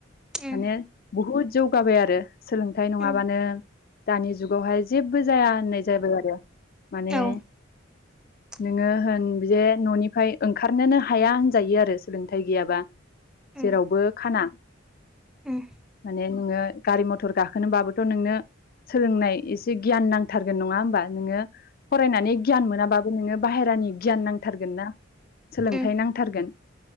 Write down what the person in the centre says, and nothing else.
उम
उम
औ <inaudible>
उम
उम
उम